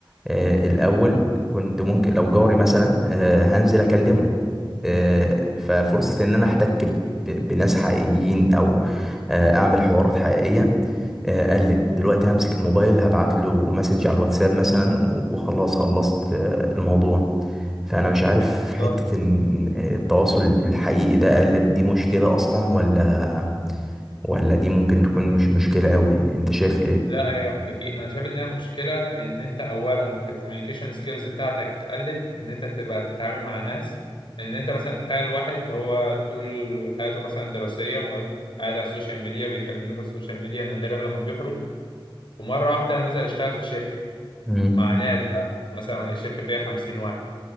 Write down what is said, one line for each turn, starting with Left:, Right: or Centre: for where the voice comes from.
Centre: آه، الاول كنت ممكن لو جاري مثلا آه، هنزل اكلمه آه، ففرصة ان انا احتك ب- بناس حقيقيين او آه، اعمل حوارات حقيقية آه، قلت دلوقتي همسك الموبايل هبعت له مسج على الواتساب مثلا و- وخلاص خلصت آه، الموضوع فانا مش عارف حتة
Left: بالظبط.
Centre: ان آه، التواصل الحقيقي ده قلت دي مشكلة اصلا ولا ولا دي ممكن تكون مش مشكلة قوي انت شايف ايه
Left: لا هي اكيد انا شايف ان هي مشكله لان انت اولا الكوميونيكيشن سكيلز بتاعتك قلت ان انت تبقى تتعامل مع ناس لان انت مثلا تخيل واحد هو طول حياته مثلا الدراسيه م- قاعد على السوشيال ميديا بيكلم الناس على السوشيال ميديا نادرا لما بيخرج ومره واحده نزل يشتغل في شركه
Centre: امم
Left: مع ناس بقى مثلا الشركه فيها 50 واحد